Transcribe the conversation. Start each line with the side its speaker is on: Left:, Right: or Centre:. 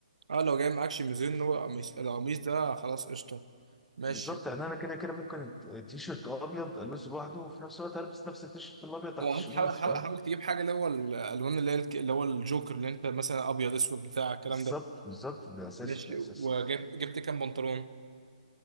Right: اه لو جاي معاكش ميزان هو قميص القميص ده خلاص قشطه ماشي
Centre: بالظبط يعني انا كده كده ممكن التيشيرت ابيض البسه لوحده وفي نفس الوقت البس نفس التيشيرت الابيض تحت
Right: وحاول
Centre: الشميز
Right: حاول حاول
Centre: فاهم
Right: حاول تجيب حاجه اللي هو الالوان اللي هي الك- اللي هو الجوكر اللي انت مثلا ابيض اسود بتاع الكلام
Centre: بالظبط
Right: ده
Centre: بالظبط ده اساسي
Right: ماشي
Centre: ده
Right: وجبت
Centre: اساسي
Right: جبت كام بنطلون